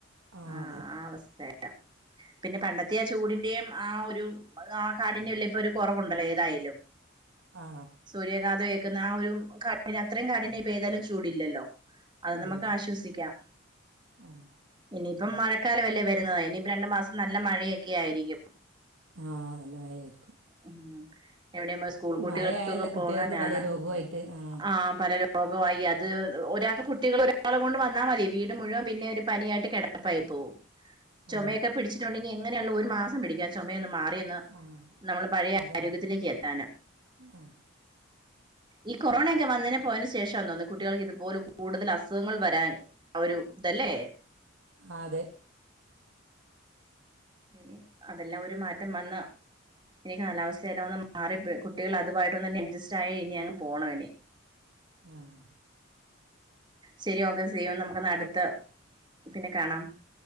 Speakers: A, on the right; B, on the right.
A: ആ
B: ആഹ്
A: അതെ
B: ആഅവസ്തേല പിന്നെ പണ്ടത്തെആചൂടിന്റെയും ആ ഒരുകാകാടിന്നെല്ലേ ഒരുകൊറവുണ്ട്ലെഏതായാലും
A: ആ
B: സൂര്യഘാതഏക്കുന്ന ആഒരുക ഇനിഅത്രയുംകാടിന്ന്യംഇപ്പഏതാലും ചൂടില്ലല്ലോ അത്
A: ഇല്ലില്ല
B: നമ്മക്ക്ആശ്വസിക്കാം
A: ആ
B: ഇനിയിപ്പം മഴക്കാലംവല്ലേ വരുന്നത് ഇനിയിപ്പരണ്ട്മാസം നല്ലമഴയൊക്കെ ആയിരിക്കും
A: ആഹ് നല്ലമഴയായിരി
B: ഉ എവിടെയമ്മള് സ്കൂൾ കുട്ടികൾക്കൊക്കെപോകാനാണ്
A: മഴ ആയാൽ കുട്ടികൾക്ക് പല രോഗമായിട്ട് ആ
B: ആഹ് പലരും ആകെ വയ്യ അത് ഒരാക്ക് കുട്ടികള് ഒ രാള്കൊണ്ട് വന്നാമതി വീട്മുഴുവം പിന്നെ ഒരുപനിയായിട്ട് കേടപ്പായി പോവും ചൊമയൊക്കെ
A: ആ
B: പിടിച്ചിട്ടുണ്ടെങ്കി എങ്ങനെയാല്ലൊ ഒരുമാസംപിടിക്കും ആചൊമയൊന്ന് മാറിയൊന്ന്
A: ആ
B: നമ്മള് പഴയആരോഗ്യത്തിലേക്ക്
A: അതന്നെ
B: എത്താന്
A: ആ
B: ഈകൊറോണയൊക്കെ വ ന്നനേ പോയന്റെശേഷാന്ന്തോന്ന് കുട്ടികൾക്ക് ഇത്പോലെ കൂടുതല് അസുഖങ്ങൾവരാൻആഒരു തല്ലേ
A: അഹ്അതെ
B: ഇനി അതെല്ലാംഒരുമാറ്റംവന്ന ഈകാലാവസ്ഥയിൽവന്ന്മാറിപ്പയും കുട്ടികൾ അതുമായിട്ടൊന്നതന്നെ അഡ്ജസ്റ്റായി ഇനിഅങ്ങ്പോണയിനി
A: ആഹ്
B: ശരിഓക്കേസീയു നമുകൊന്ന്അടുത്ത
A: ഓക്കെ
B: പിന്നെകാണാം